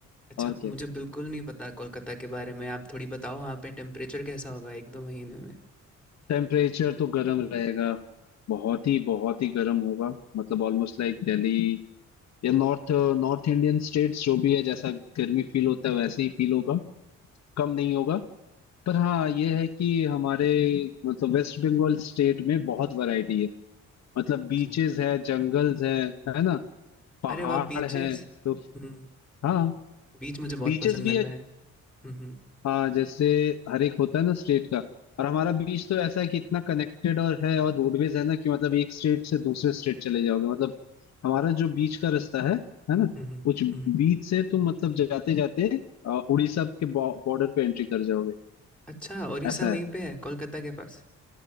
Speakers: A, in the centre; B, on the left (about 60°).
A: अच्छा
B: और क्या
A: मुझे बिल्कुल नहीं पता कोलकाता के बारे में आप थोड़ी बताओ वहाँ पे टेम्परेचर कैसा होगा एक दो महीने में
B: टेम्परेचर तो गर्म रहेगा बहुत ही बहुत ही गर्म होगा मतलब ऑलमोस्ट लाइक दिल्ली या नॉर्थ नॉर्थ इंडियन स्टेट्स जो भी है जैसा गर्मी फील होता है वैसे ही फील होगा कम नहीं होगा पर हाँ ये है कि हमारे मतलब वेस्ट बंगाल स्टेट में बहुत वैरायटी है मतलब बीचेस
A: अच्छा
B: है जंगल्स है है ना पहाड़
A: अरे वाह बीचेस
B: है तो
A: हम्म
B: हाँ
A: बीच मुझे बहुत
B: बीचेस
A: पसंद
B: भी
A: है मैं
B: है
A: हम्म हम्म
B: हाँ जैसे हर एक होता है ना स्टेट का और हमारा बीच तो ऐसा है कि इतना कनेक्टेड और है और रोडवेज है ना कि मतलब एक स्टेट से दूसरे स्टेट चले जाओगे मतलब हमारा जो बीच का रास्ता है है ना
A: हम्म
B: कुछ
A: हम्म।
B: बीच से तुम मतलब जाते जाते उड़ीसा के बॉर्डर पे एंट्री कर जाओगे
A: अच्छा ओरिसा
B: ऐसा
A: वहीं
B: है
A: पे है कोलकाता के पास